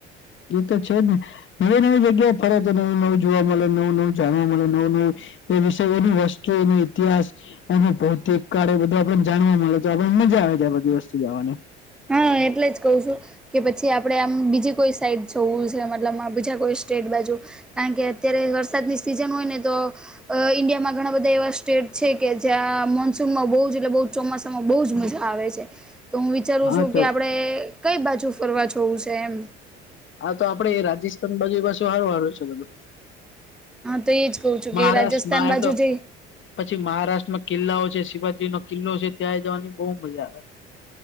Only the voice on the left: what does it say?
એ તો છે જ ને નવી નવી જગ્યા ફરે તો નવું નવું જોવા મળે નવું નવું જાણવા મળે નવું નવું એ વિષ એનું વસ્તુ એનો ઇતિહાસ અને ભૌતિક કાળે બધાને જાણવા મળે તો આપણને મજા આવે છે આ બધી વસ્તુ જવાને
હા
તો
હા તો આપડે રાજસ્થાન બાજુ પાછુ હારું વારું છે બધું.
મહારાષ્ટ્રમાં
એમ
તો
પછી મહારાષ્ટ્રમાં કિલ્લાઓ છે. શિવાજી નો કિલ્લો છે ત્યાં જવાની બહુ મજા આવે.